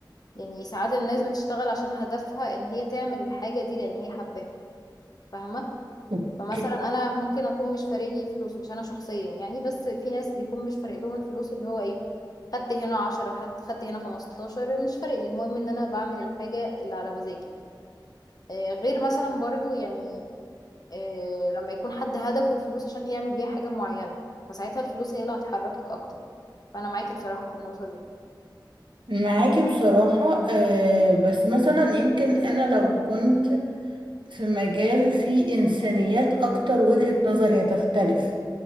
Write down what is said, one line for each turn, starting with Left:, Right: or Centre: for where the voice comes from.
Left: يعني ساعات الناس بتشتغل عشان هدفها ان هي تعمل الحاجة دي لان هي حباها فاهمة
Right: اوكي
Left: فمثلا انا ممكن اكون مش فارق لي الفلوس مش انا شخصيا يعني بس في ناس بيكون مش فارق لهم الفلوس اللي هو ايه خدت هنا عشرة خدت خدت هنا خمستاشر مش فارق لي المهم ان انا بعمل الحاجة اللي على مزاجي آه، غير مثلا برضو يعني آه، لما يكون حد هدفه الفلوس عشان يعمل بيها حاجة معينة فساعتها الفلوس هي اللي هتحركك أكتر فأنا معاكي بصراحة في النقطة دي
Right: معاكي بصراحة آه بس مثلا يمكن انا لو كنت في مجال فيه انسانيات اكتر وجهة نظري هتختلف